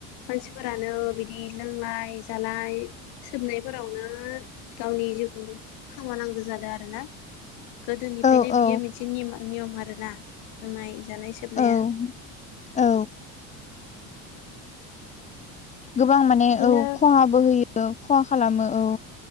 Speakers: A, on the left (about 70°); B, on the left (about 20°).
A: मानसिफोरानो बिदि लोंनाय जालाय सोबनायफोरावनो गावनि जिउखौ खोमानांगौ जादों आरो ना। गोदोनिफ्रायनो
B: औ
A: बियो
B: औ
A: मोनसे नियम आरोना लोंनाय जानाय सोबनाया
B: औ औ। गोबां माने
A: बिदिनो
B: औ खहाबो होयो खहा खालामो औ।